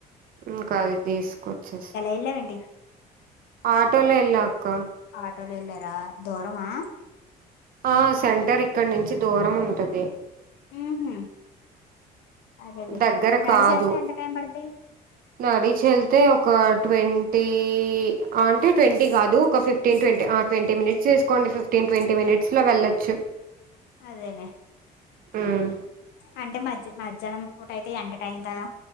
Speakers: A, on the right (about 55°); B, on the left (about 75°).
A: ఉమ్ కర్రి తీసుకొచ్చేసా
B: వెళ్ళావేంటి
A: ఆటోలో వెళ్ళా అక్క
B: ఆటోలో వేళ్ళారా దూరమా
A: ఆ సెంటర్ ఇక్కడ నుంచి దూరం ఉంటది
B: ఉహుమ్ అదలే
A: దగ్గర
B: నడిసి
A: కాదు
B: వేల్తే ఎంత టైమ్ పడది
A: నడిచి వెళ్తే ఒక ట్వంటీ అంటే ట్వంటీ కాదు ఒక ఫిప్ ఫిఫ్టీన్ ట్వంటీ ఆ ట్వంటీ మినిట్ వేసుకోండి ఫిఫ్టీన్ ట్వంటీ మినిట్స్ లో వెళ్ళొచ్చు
B: అదేలే
A: ఆమ్
B: అంటే మధ్య మధ్యాహ్నం పూట అయితే ఎండ టైం కదా